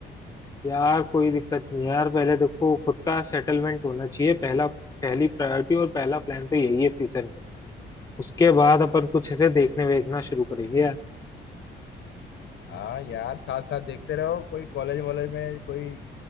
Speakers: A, on the left; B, on the left.
A: यार कोई दिक्कत नहीं है यार पहले देखो खुद का सेटलमेंट होना चाहिए पहला पहली प्रायोरिटी और पहला प्लान तो यही है फ्यूचर उसके बाद अपन कुछ ऐसे देखने वेखना शुरू करेंगे यार
B: हाँ यार साथ साथ देखते रहो कोई कॉलेज वॉलेज में कोई